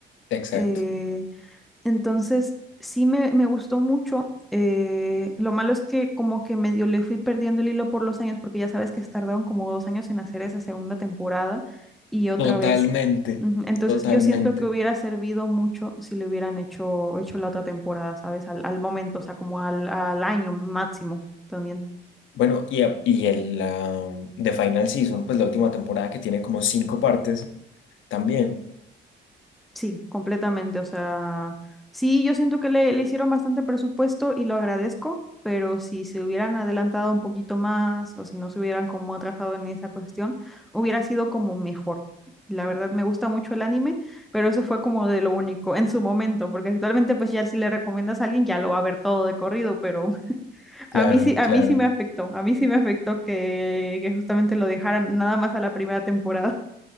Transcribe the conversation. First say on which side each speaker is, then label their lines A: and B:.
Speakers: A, on the left; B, in the centre.
A: Exacto.
B: Eh, entonces, sí me, me gustó mucho. Eh, lo malo es que como que medio le fui perdiendo el hilo por los años, porque ya sabes que tardaron como dos años en hacer esa segunda temporada y otra
A: Totalmente,
B: vez. Ujú, Entonces,
A: totalmente.
B: yo siento que hubiera servido mucho si le hubieran hecho, hecho la otra temporada, ¿sabes? Al, al momento, o sea, como al, al año máximo también.
A: Bueno, y, a- y el ah, The Final Season, pues la última temporada que tiene como cinco partes también.
B: Sí, completamente. O sea, sí, yo siento que le, le hicieron bastante presupuesto y lo agradezco, pero si se hubieran adelantado un poquito más o si no se hubieran como atrasado en esa cuestión, hubiera sido como mejor. La verdad, me gusta mucho el anime, pero eso fue como de lo único en su momento, porque actualmente pues ya si le recomiendas a alguien ya lo va a ver todo de corrido, pero <laughs> a
A: Claro,
B: mí sí, a
A: claro.
B: mí sí me afectó, a mí sí me afectó que, que justamente lo dejaran nada más a la primera temporada.